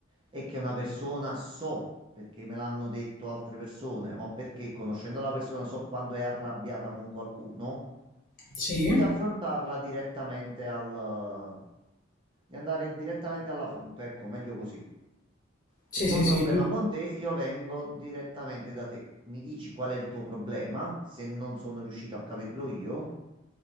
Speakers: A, on the right; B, on the left.
A: e che una persona so perché me l'hanno detto altre persone, o perché conoscendo la persona so quando è arrabbiata con qualcuno,
B: Sì,
A: di affrontarla direttamente al, di andare direttamente alla fonte. Ecco, meglio così.
B: sì,
A: Se c'ho
B: sì,
A: un problema
B: sì,
A: con te, io vengo direttamente da te. Mi dici qual è il tuo problema, se non sono riuscito a capirlo io,